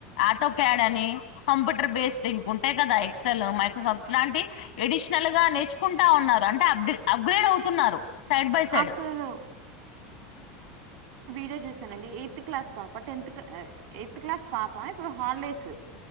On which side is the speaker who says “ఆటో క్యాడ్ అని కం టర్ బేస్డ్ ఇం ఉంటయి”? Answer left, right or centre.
Left